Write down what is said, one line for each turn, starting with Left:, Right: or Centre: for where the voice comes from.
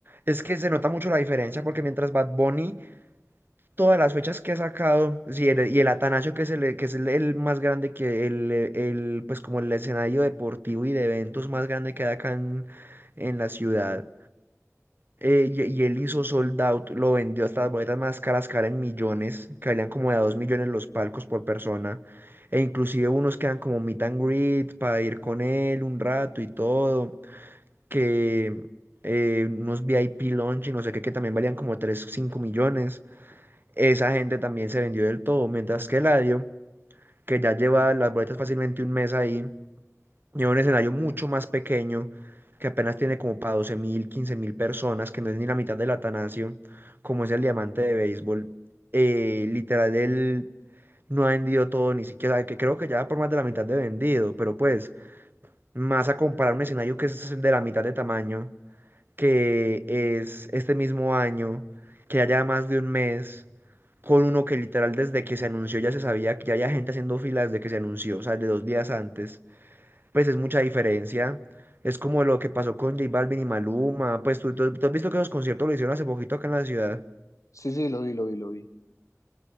Right: es que se nota mucho la diferencia porque mientras Bad Bunny, todas las fechas que ha sacado, sí, el- y el Atanasio, que es el, que es el, el más grande que el, eh, el, pues como el escenario deportivo y de eventos más grande que hay acá en, en la ciudad. eh, y, y él hizo sold out, lo vendió hasta las boletas más caras, caras en millones, que valían como de a dos millones los palcos por persona. E inclusive unos quedan como meet and greet para ir con él un rato y todo que eh, unos VIP launch y no sé qué, que también valían como 3 5 millones. Esa gente también se vendió del todo, mientras que Eladio, que ya lleva las boletas fácilmente un mes ahí, lleva un escenario mucho más pequeño, que apenas tiene como para doce mil, quince mil personas, que no es ni la mitad del Atanasio, como es el diamante de béisbol. eh, literal, él no ha vendido todo, ni siquiera, que creo que ya va por más de la mitad de vendido, pero pues, más a comparar un escenario que es de la mitad de tamaño que es este mismo año, que haya más de un mes, con uno que literal desde que se anunció ya se sabía que ya había gente haciendo filas desde que se anunció, o sea, de dos días antes, pues es mucha diferencia. Es como lo que pasó con J Balvin y Maluma, pues tú, tú- tú has visto que los conciertos lo hicieron hace poquito acá en la ciudad.
Left: Sí, sí, lo vi, lo vi, lo vi.